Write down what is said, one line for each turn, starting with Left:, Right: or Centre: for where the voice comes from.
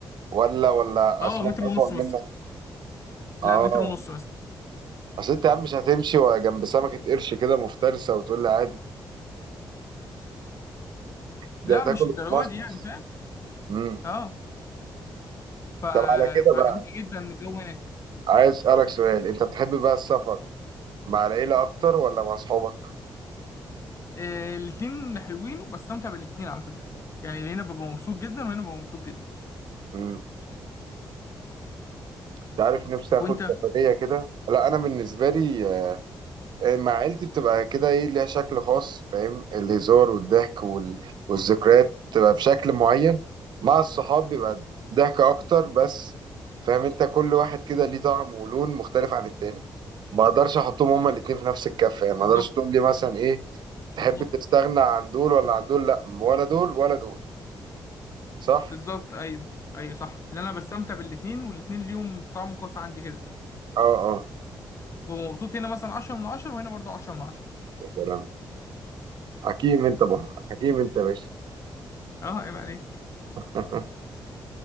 Right: ولا ولا
Left: اه
Right: اسماك
Left: متر ونص
Right: اطول
Left: مثلا
Right: منك اه
Left: لا متر ونص مثلا
Right: اصل انت يا عم مش هتمشي جنب سمكه قرش كده مفترسه وتقول لي عادي ده
Left: لا
Right: هتاكل
Left: مش الدرجه
Right: مصمص
Left: دي يعني فاهم
Right: امم
Left: اه ف-
Right: طب على كده
Left: فعجبتني
Right: بقى
Left: جدا الجو هناك
Right: عايز اسالك سؤال انت بتحب بقى السفر مع العيله اكتر ولا مع اصحابك
Left: آه، الاتنين حلوين وبستمتع بالاتنين على فكره يعني هنا ببقى مبسوط جدا وهنا ببقى مبسوط جدا
Right: امم تعرف نفسي اخد
Left: وانت
Right: سفريه كده لا انا بالنسبه لي آه، مع عيلتي بتبقى كده ايه ليها شكل خاص فاهم الهزار والضحك وال... والذكريات بتبقى بشكل معين مع الصحاب بيبقى ضحك اكتر بس فاهم انت كل واحد كده ليه طعم ولون مختلف عن التاني ما اقدرش احطهم هما الاتنين في نفس الكفة يعني ما
Left: بالظبط
Right: اقدرش تقول لي مثلا ايه تحب
Left: بالظبط
Right: تستغنى عن دول ولا عن دول لا ولا دول ولا دول صح
Left: بالظبط ايوه ايوه صح لان انا بستمتع بالاتنين والاتنين ليهم طعم خاص عندي كده
Right: اه اه
Left: ببقى مبسوط هنا مثلا 10 من 10 وهنا برضو 10 من 10
Right: يا سلام حكيم انت بقى حكيم انت يا باشا
Left: اه عيب عليك
Right: <laughs>